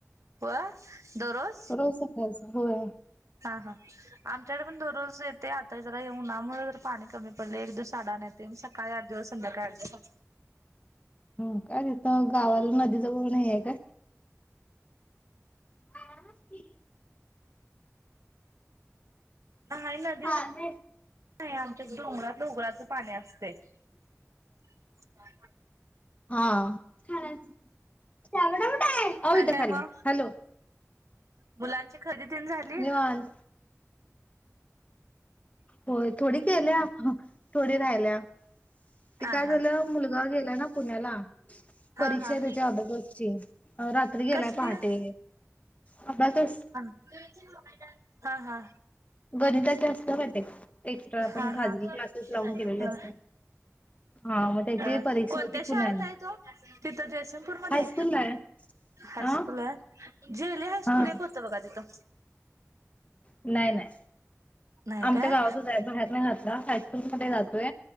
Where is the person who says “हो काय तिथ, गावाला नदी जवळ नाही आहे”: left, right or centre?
Left